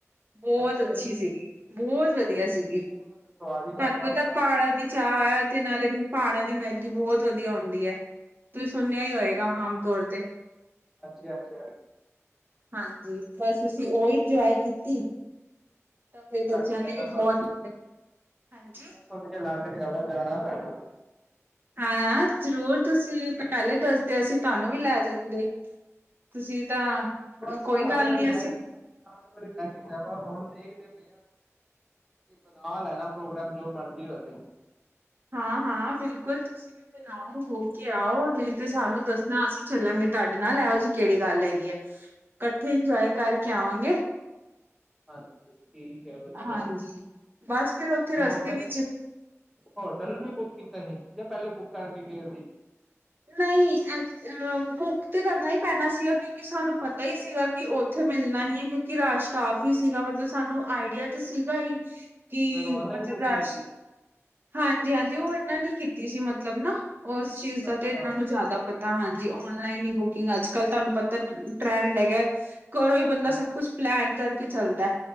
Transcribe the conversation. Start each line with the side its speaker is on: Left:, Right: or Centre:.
Right: ਬੋਤ
Centre: ਅੱਛਾ
Right: ਅੱਛੀ
Centre: ਜੀ
Right: ਸੀਗੀ। ਬੋਤ ਵਧੀਆ ਸੀਗੀ
Centre: ਸਵਾਦ ਹੀ ਵੱਖਰਾ
Right: ਤਾਨੂੰ ਪਤਾ
Centre: ਹੁੰਦਾ
Right: ਪਹਾੜਾਂ
Centre: ਵਾ
Right: ਦੀ ਚਾ ਐ ਤੇ ਨਾਲੇ ਪਹਾੜਾਂ ਦੀ ਮੈਗੀ ਬਹੁਤ ਵਧੀਆ ਹੋਂਦੀ ਹੈ, ਤੁਸੀਂ ਸੁਣਿਆ ਹੀ ਹੋਏਗਾ ਆਮ ਤੌਰ ਤੇ।
Centre: ਹਾਂਜੀ-ਹਾਂਜੀ- ਹਾਂਜੀ
Right: ਹਾਂਜੀ, ਬਸ ਤੁਸੀਂ ਓਈ ਇੰਜੋਏ ਕੀਤੀ ਤਾਂ ਫਿਰ
Centre: ਤੁਹਾਡੀ
Right: ਬੱਚਿਆਂ
Centre: ਗੱਲਾਂ
Right: ਨੇ ਵੀ ਬਹੁਤ <inaudible> ਹਾਂਜੀ
Centre: ਥੋੜੇ ਜੇ ਲੱਗ ਰਿਹਾ ਵਾ, ਜਾਣਾ ਪੈਣਾ।
Right: ਹਾਂ, ਜ਼ਰੂਰ ਤੁਸੀਂ ਪਹਿਲੇ ਦਸਦੇ, ਅਸੀ ਤੁਹਾਨੂੰ ਵੀ ਲੈ ਜਾਂਦੇ। ਤੁਸੀਂ ਤਾਂ
Centre: ਬਸ
Right: ਕੋਈ
Centre: ਹਰ
Right: ਗੱਲ
Centre: ਵਾਰੀ
Right: ਨੀ ਅਸੀਂ
Centre: ਰਹਿ ਜੀ, ਹਰ ਵਾਰੀ ਰਹਿ ਜੀਦਾ ਵਾ, ਹੁਣ ਦੇਖਦੇ ਪਏ ਹਾਂ ਬਣਾ ਲੈਣਾ ਪ੍ਰੋਗਰਾਮ, ਜੋ ਮਰਜ਼ੀ ਹੋਜੇ।
Right: ਹਾਂ-ਹਾਂ, ਬਿਲਕੁਲ ਤੁਸੀਂ ਵੀ ਬਣਾਓ, ਹੋਕੇ ਆਓ, ਨਹੀਂ ਤੇ ਸਾਨੂੰ ਦੱਸਣਾ ਅਸੀਂ ਚੱਲਾਂਗੇ ਤੁਹਾਡੇ ਨਾਲ, ਇਹੋ ਜਿਹੀ ਕਿਹੜੀ ਗੱਲ ਹੈਗੀ ਆ। ਕੱਠੇ ਇੰਜੋਏ ਕਰਕੇ ਆਵਾਂਗੇ।
Centre: ਹਾਂਜੀ ਠੀਕ ਏ ਵਧੀਆ,
Right: ਹਾਂਜੀ ਬਸ ਫਿਰ ਉੱਥੇ ਰਸਤੇ
Centre: ਹੋਟਲ
Right: ਵਿੱਚ
Centre: ਹੋਟਲ ਵੀ ਬੁੱਕ ਕੀਤਾ ਸੀ, ਯਾ ਪਹਿਲੇ ਬੁੱਕ ਕਰਕੇ ਗਏ ਸੀ?
Right: ਨਹੀਂ ਐ, ਬੁੱਕ ਤਾਂ ਕਰਨਾ ਹੀ ਪੈਣਾ ਸੀਗਾ ਕਿਉਂ ਕਿ ਸਾਨੂੰ ਪਤਾ ਹੀ ਸੀਗਾ, ਕਿ ਉੱਥੇ ਮਿਲਣਾ ਨਹੀਂ ਏ, ਕਿਉਂਕਿ ਰਸ਼ ਕਾਫ਼ੀ ਸੀਗਾ, ਮਤਲਬ ਸਾਨੂੰ ਆਈਡੀਆ ਤਾਂ ਸੀਗਾ ਈ, ਕਿ
Centre: ਫਿਰ ਔਨਲਾਈਨ
Right: ਮਤਲਬ
Centre: ਬੁਕਿੰਗ
Right: ਰਸ਼।
Centre: ਕੀਤੀ
Right: ਹਾਂਜੀ-ਹਾਂਜੀ, ਉਹ ਇਹਨਾਂ ਨੇ ਕੀਤੀ ਸੀ ਮਤਲਬ ਨਾ, ਉਸ ਚੀਜ਼ ਦਾ
Centre: ਅੱਛਾ,
Right: ਤੇ ਇਹਨਾਂ ਨੂੰ ਜ਼ਿਆਦਾ ਪਤਾ ਹਾਂਜੀ, ਔਨਲਾਈਨ ਹੀ ਬੁਕਿੰਗ ਅੱਜ-ਕੱਲ ਤੁਹਾਨੂੰ ਪਤਾ ਟਰੈਂਡ ਹੈਗਾ। ਘਰੋਂ ਹੀ ਬੰਦਾ
Centre: ਹੂੰ,
Right: ਸਭ ਕੁਛ ਪਲੈਨ ਕਰਕੇ ਚੱਲਦੈ,